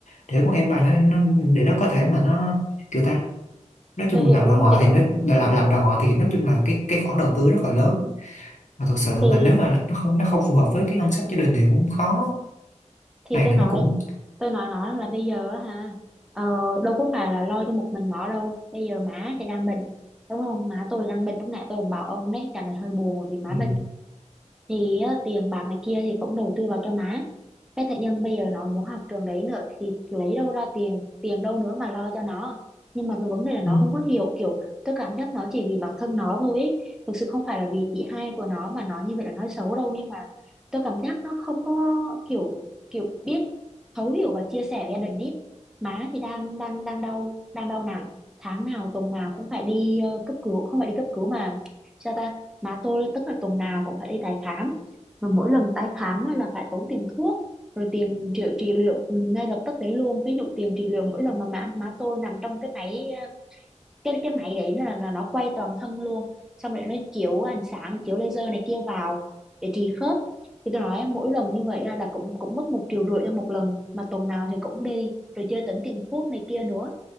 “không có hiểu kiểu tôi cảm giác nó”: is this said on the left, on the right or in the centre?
Centre